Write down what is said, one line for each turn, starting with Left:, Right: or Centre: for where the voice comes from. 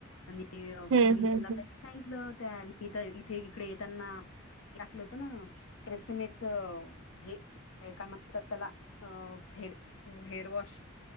Left: आणि
Right: हम्म,
Left: मी
Right: हम्म,
Left: त्याला
Right: हम्म.
Left: सांगितलं त्या मी तर इथे इकडे येताना -- टाकल होतं ना प्रेसमेच हे काय म्हणतात त्याला अ -- हेड हेअर वॉश